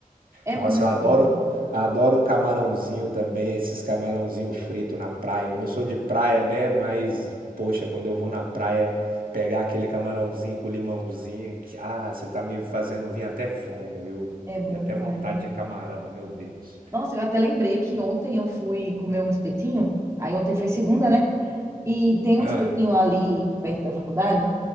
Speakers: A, on the right (about 20°); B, on the right (about 85°).
A: É
B: Nossa,
A: muito
B: eu adoro.
A: bom.
B: Adoro um camarãozinho também, esses camarãozinho frito na praia. Eu não sou de praia, né? Mas, poxa, quando eu vou na praia pegar aquele camarãozinho com limãozinho, que, ah, você tá me fazendo vir até fome, viu?
A: É bom
B: E até
A: demais,
B: vontade
A: né?
B: de camarão, meu Deus.
A: Nossa, eu até lembrei que ontem eu fui comer um espetinho. Aí ontem foi segunda, né? E tem um
B: Ah,
A: espetinho ali perto da faculdade